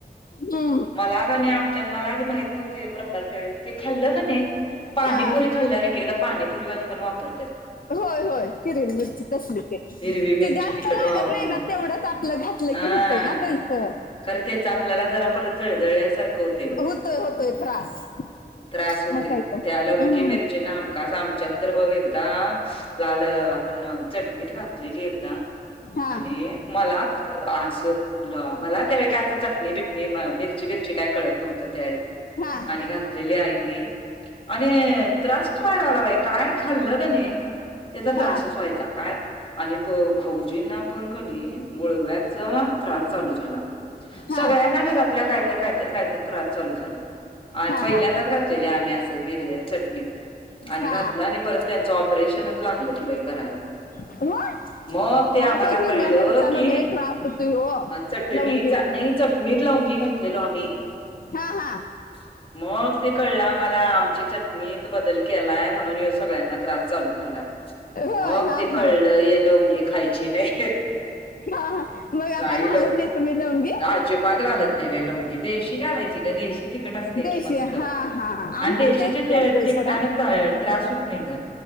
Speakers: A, on the left (about 60°); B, on the left (about 30°).
A: हम्म
B: मला कनी आम मला आधी माहीत नव्हत हे प्रकार. ते खाल्लं का नाही पाणीपुरी
A: हा
B: खाल्लं एकदा पाणीपुरी वाले पण वापरत्यात.
A: होय होय हिरवी मिरची तसली.
B: हिरवी मिरची
A: ते जास्त
B: तिखट
A: लागत
B: व्हावं
A: नाही
B: म्हणून
A: ना. तेवढंच आपलं घातलं
B: हा.
A: की होत ना त्यांचं.
B: खरं तेच आपल्याला जरा परत जळजळल्यासारखं होत.
A: होतोय होतोय त्रास.
B: त्रास होतोय.
A: मग काय तर
B: त्या लवंगी
A: हम्म
B: मिरचीने हमकास आमच्या तर बघ एकदा लाल आपण चटणीत घात एकदा
A: हा
B: आणि मला असं ल मला त्यावेळी काय असं चटणी बिटणी मिरची बिरची काय कळत नव्हतं त्यावेळी.
A: हा
B: आणि घातलेली आईनी. आणि त्रासच व्हाय आला बाई काय खाल्लं ग नाही. त्याचा
A: हा
B: त्रासच व्हायचा. काय आणि प भाऊजींना पण कणी मुळव्याधचा त्रास चालू झाला.
A: हा
B: सगळ्यांना घरातल्या कायतरी कायतरी कायतरी त्रास चालू झाले.
A: हा
B: पहिल्यांदाच
A: हा
B: घातलेले आम्ही अस मिर चटणीत आणि
A: हा
B: घातलं आणि परत त्यांच ऑपरेशनच लागलं कि बायी करायला.
A: <unintelligible>
B: मग ते
A: हा
B: आम्हाला
A: हिरव्या
B: कळलं
A: मिरच्यानं
B: की,
A: लय त्रास होतोय हो
B: चटणीचा
A: लवंगी
B: नाही चट मी लावंगी घातलेलो आम्ही.
A: हा हा
B: <inaudible> मग ते कळलं आम्हाला. आमची चटणीत बदल केलाय म्हणून ह्यो सगळ्यांना त्रास चालू झाला.
A: होय
B: मग
A: हा
B: ते कळलं
A: हा
B: य लोंगी खायची नाही.
A: हा मग आता
B: नाही
A: घालत
B: लव
A: तुम्ही लवंगी
B: आजीबात घालत नाही रे लवंगी देशी घालायची ग देशी तिकट असते
A: देशी
B: की मस्त.
A: हा हा
B: आणि
A: आम्ही
B: देशीच्या
A: पण तेच
B: ते
A: करतोय
B: तिकटान
A: सोडा
B: त त्रास होत नाही ग.